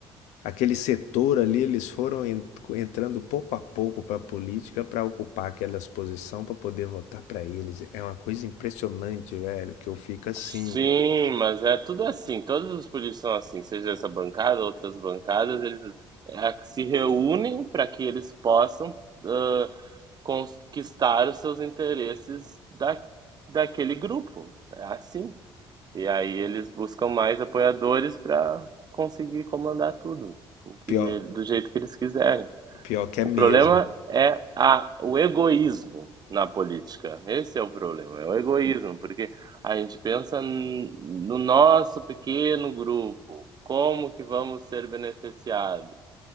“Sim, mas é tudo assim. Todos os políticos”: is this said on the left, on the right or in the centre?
Right